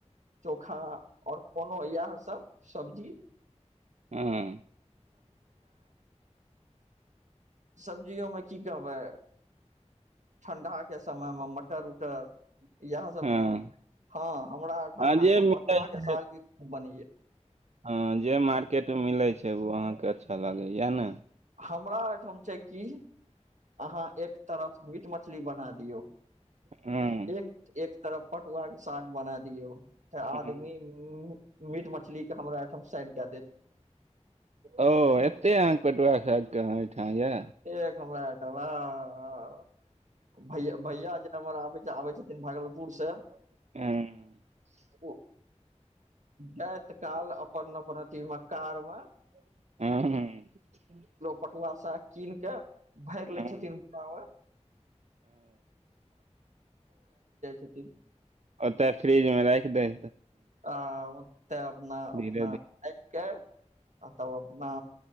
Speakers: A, on the right; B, on the right.
A: चोखा, आओर कोनो इएह सब सब्जी
B: हुं।
A: सब्जियोमे की कहबैय ठण्डाके समयमे मटर-उटर इएह सब
B: हँ
A: ने। हँ हमरा एहिठाम
B: हँ
A: अहाँके
B: जे मिलै
A: पटुआके
B: छै
A: साग भी खुब बनैये।
B: हँ जे मार्केटमे मिलैय छैय उ अहाँके अच्छा लागैय इएह ने?
A: हमरा एहिठाम छैय की अहाँ एक तरफ मीट-मछली बना दियौ,
B: हँ
A: एक-एक तरफ पटुआ के साग बना दियौ। त आदमी
B: हँ
A: मीट-मछली के हमरा एहिठाम साइड कए देत।
B: ओ एत्ते अहाँके पटुआ खाइए अहाँ ओहिठाम यौ।
A: एतेक हमरा ओहिठाम ह-ह। भैया-भैया जे हमर आबैय छथिन भागलपुर सँ
B: ऐं
A: ओ जाइत काल अपन-अपन अथीमे कारमे
B: ह-ह
A: पटुआ साग कीन कय भरि लै
B: हँ
A: छथिन कारमे छथिन
B: ओतय फ्रिजमे राखि दैय
A: आ ओतय अपना-अपना
B: धीरे
A: <unintelligible> तब अपना